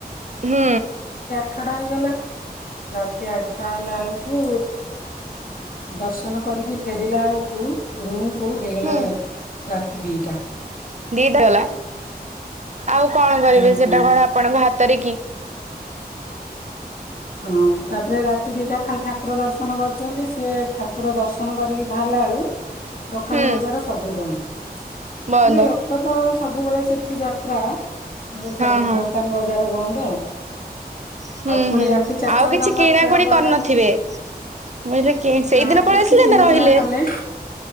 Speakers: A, on the right; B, on the left.
A: ହୁଁ।
B: ଠଟା ହେଇଗଲା ରାତି ଆଠଟା ହେଲା, ବେଳକୁ ଦର୍ଶନ କରିକି ଫେରିଲା ବେଳକୁ ରୁମକୁ କୁ ହେଇଗଲା
A: ହୁଁ
B: <inaudible> ରାତି ଦିଟା ।
A: ଦିଟା ଗଲା ଆଉ କଣ କରିବି
B: ହଁ।
A: ସେଟା କଣ ଆପଣଙ୍କ ହା ତରେ କିି?
B: ହଁ ତାପରେ ରାତି ଦିଟା ଖାଲି ଠାକୁର ଦର୍ଶନ କରିଛନ୍ତି ସିଏ ଠାକୁର ଦର୍ଶନ କରିକି ବାହାରିଲା ବେଳୁ ଦୋକାନ
A: ହୁଁ
B: ବଜାର ସବୁ ବନ୍ଦ ।
A: ବନ୍ଦ
B: ମାନେ ଲୋକ ତ ସବୁବେଳେ ସେଠି ଯାତ୍ରା। କିନ୍ତୁ ସବୁ
A: ହଁ ହଁ
B: ଦୋକାନ ବଜାର ବନ୍ଦ।
A: ହୁଁ
B: ଆଉ ପୁଣି
A: ହୁଁ
B: ରାତି
A: ।
B: ଚାରିଟା
A: ଆଉ
B: ବେଳୁ
A: କିଛି
B: ତାଙ୍କୁ
A: କିଣା
B: ଆସିବାକୁ
A: କୁଣି
B: ପଡିଲା
A: କରିନଥିବେ ବୋଇଲେ କେ, ସେଇଦିନ
B: ନା କିଛି
A: ପଳେଇସିଲେ
B: କିଣିକୁଣା
A: ନା ରହିଲେ?
B: ପାରିଲେନି